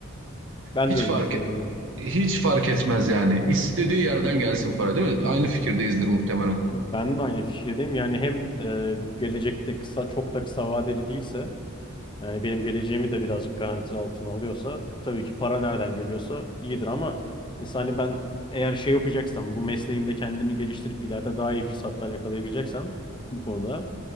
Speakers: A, on the left (about 25°); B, on the right (about 65°).
A: Ben
B: Hiç
A: de öyle
B: fark
A: düşünüyorum
B: et-
A: yani.
B: hiç fark etmez yani. İstediği yerden gelsin para değil mi? Aynı fikirdeyizdir muhtemelen.
A: Ben de aynı fikirdeyim. Yani hem e, bu gelecekte kısa çok da kısa vadeli değilse Yani benim geleceğimi de birazcık garanti altına alıyorsa tabii ki para nereden geliyorsa iyidir ama mesela hani ben eğer şey yapacaksam bu mesleğimde kendimi geliştirip ileride daha iyi fırsatlar yakalayabileceksem bu konuda